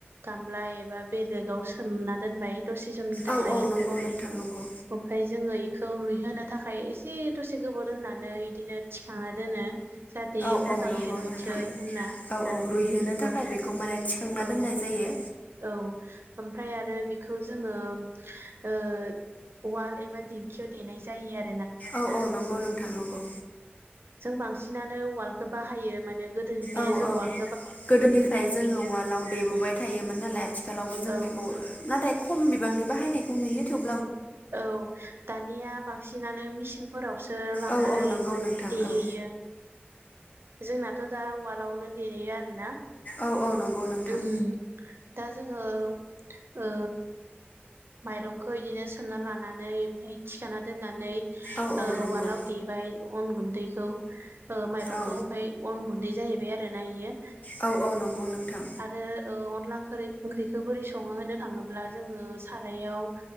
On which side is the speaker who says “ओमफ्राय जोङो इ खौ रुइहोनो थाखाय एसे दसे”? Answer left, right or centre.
Right